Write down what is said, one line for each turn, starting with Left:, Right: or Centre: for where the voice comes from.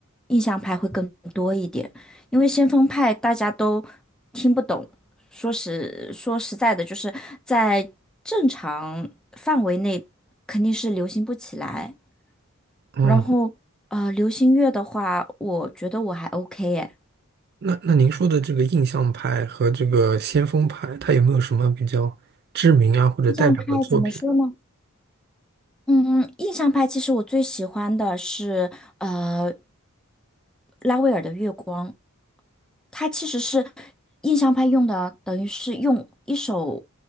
Centre: 印象派会更多一点，因为先锋派大家都听不懂，说实说实在的，就是在正常范围内肯定是流行不起来。
Right: 嗯，
Centre: 然后，呃，流行乐的话，我觉得我还 OK 诶。
Right: 那那您说的这个印象派和这个先锋派，它有没有什么比较知名啊或者代表的作品？
Centre: 印象派怎么说呢？嗯，印象派其实我最喜欢的是呃拉威尔的《月光》，它其实是印象派用的，等于是用一首